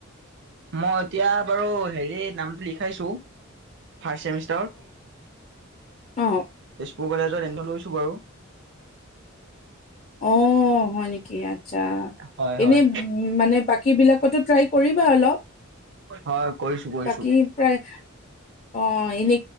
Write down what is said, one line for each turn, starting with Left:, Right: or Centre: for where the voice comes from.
Right: মই এতিয়া বাৰু। হেৰি নামটো লিখাইছো। ফাৰ্ষ্ট ছেমিষ্টাৰত।
Left: অহ।
Right: সুৰ কলেজত এনে লৈছো বাৰু।
Left: অ হয় নেকি আচ্ছা
Right: হয়
Left: এনে
Right: হয়
Left: মানে বাকী বিলাকতো ট্ৰাই কৰিবা অলপ
Right: হয় কৰিছো কৰিছো
Left: বাকী প্ৰায়। অ এনে